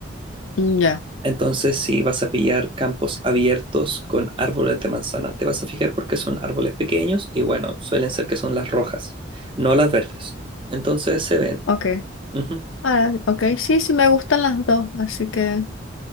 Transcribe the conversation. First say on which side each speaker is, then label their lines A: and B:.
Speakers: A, on the left; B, on the right.
A: mm, ya,
B: Entonces, si vas a pillar campos abiertos con árboles de manzana, te vas a fijar porque son árboles pequeños y bueno, suelen ser que son las rojas, no las verdes. Entonces se ven.
A: ok.
B: Ujú.
A: Ah, ok, sí, sí me gustan las dos, así que